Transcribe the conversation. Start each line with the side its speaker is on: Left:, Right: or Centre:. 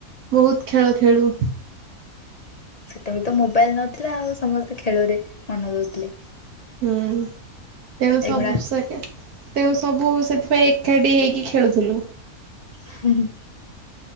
Right: ବହୁତ ଖେଳ ଖେଳୁ।
Left: ସେତେବେଳୁ ତ ମୋବାଇଲ୍ ନଥିଲା ଆଉ ସମସ୍ତେ ଖେଳରେ ମନ ଦଉଥିଲେ।
Right: ହୁଁ ତେଣୁ
Left: ଏଇଗୁଡା
Right: ସବୁ ସେକେ ତେଣୁ ସବୁ ସେଥିପାଇଁ ଏକାଠି ହେଇକି ଖେଳୁଥୁଲୁ।
Left: ହୁଁ ହୁଁ